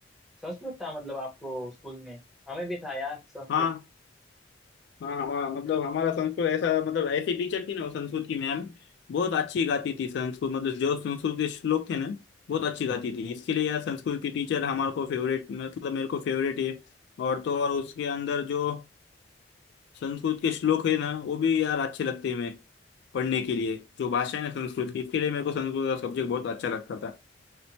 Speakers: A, in the centre; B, on the left.
A: संस्कृत था मतलब आपको स्कूल में हमें भी था यार संस्कृत
B: हाँ हाँ हमारा मतलब हमारा संस्कृत ऐसा मतलब ऐसी टीचर थी ना वो संस्कृत की मैम बहुत अच्छी गाती थी संस्कृत मतलब जो संस्कृत के श्लोक थे ना बहुत अच्छी गाती थी इसके लिए यार संस्कृत की टीचर हमारे को फेवरेट मतलब मेरे को फेवरेट है और तो और उसके अंदर जो संस्कृत के श्लोक है ना वो भी यार अच्छे लगते हैं मेरे पढ़ने के लिए जो भाषा है ना संस्कृत की इसके लिए मेरे को संस्कृत का सब्जेक्ट बहुत अच्छा लगता था